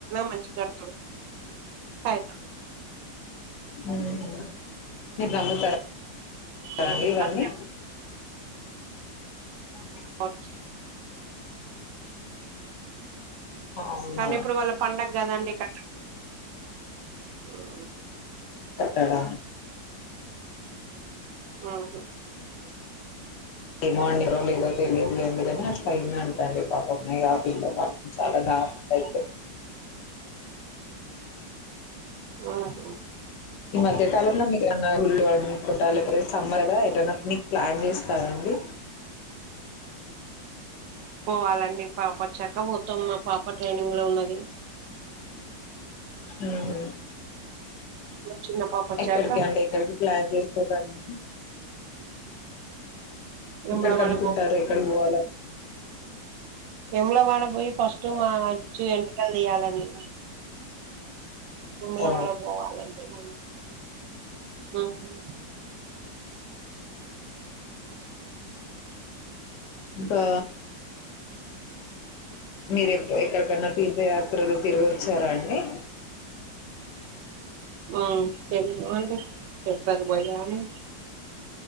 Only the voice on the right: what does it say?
మంచిగ కడతాడు సైట్ ల.
కడతాడు
ఖర్చు <unintelligible>
కానీ ఇప్పుడు వాళ్ల పండగ. గదా అండి కా టాట, <unintelligible> హ్మ్.
ఊహూ.
ఆహా
పోవాలండి పాప వచ్చాక పోతం మేం పాప ట్రైనింగ్ లో ఉన్నది
మా చిన్న పాప వచ్చాక
వేములవాడ
వేములవాడపోయి ఫస్ట్ మా ఇజు ఎంటుకలు తీయాలండి వేములవాడ
పోవాలండి ముందు హ్మ్
హ్మ్ వెళ్ళినామండి అది పొయ్యాము